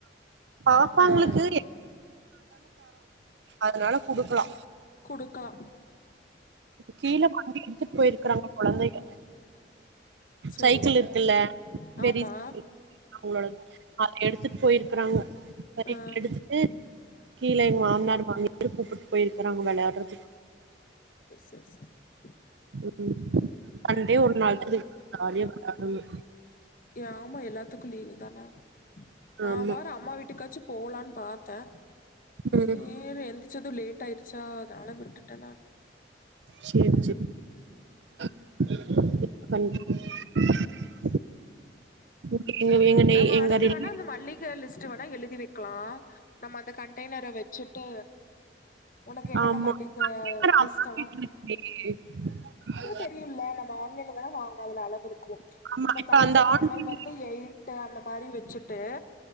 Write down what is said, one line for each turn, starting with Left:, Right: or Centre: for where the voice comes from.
Right: பாப்பாங்களுக்கு
Left: ஆ அ
Right: அதுனால குடுக்கலா
Left: குடுக்கலா
Right: கீழ வண்டி எடுத்துட் போயிர்க்குறாங்க கொழந்தைய
Left: சேரி
Right: சைக்கிள்
Left: சேரி
Right: இருக்குல்ல
Left: சே
Right: பெரி
Left: ஆமா
Right: <inaudible> அவங்களோ அத எடுத்துட்டு போயிருக்குறாங்க
Left: ஆ
Right: எடுத்துட்டு கீழ எங்க மாம்னார் மாமி கூப்புட் போயிர்க்கா ங்க வெளையாட்றத்து
Left: சார் <unintelligible>
Right: ம் சண்டே ஒரு
Left: இன்னைக்கு
Right: நாள்தா <inaudible> ம்
Left: ஆமா எல்லாத்துக்கும் லீவு தானே நான்
Right: ஆமா
Left: வாறே அம்மா வீட்டுக்காச்சும் போலான்னு பார்த்தேன்
Right: ம்
Left: சேரி எந்துருச்சுதும் லேட் ஆயிடுச்சா அதனால விட்டுட்டேன் நான்
Right: சேரி சேரி <inaudible> பன்று <unintelligible> <unintelligible> எங்க
Left: நம்ம
Right: எங்கதுல்
Left: அடுத்து வேணா இந்த மல்லிக லிஸ்ட் வேணா எழுதி வைக்கலாம் நம்ம அந்த கண்டெய்னரை வச்சுட்டு உனக்கு என்னென்ன
Right: ஆமா
Left: மதிக்கு
Right: கேக்குற அம்மா
Left: லிஸ்டலாம்
Right: <unintelligible>
Left: தெரியுமில்ல நம்ம ஆன்லைன்ல தான வாங்கணும் அது அளவு இருக்கு கு
Right: ஆமா
Left: இப்ப தௌசண்
Right: அந்த ஆன்லைன்
Left: எம் எல் வந்து எய் அந்த மாரி வெச்சுட்டு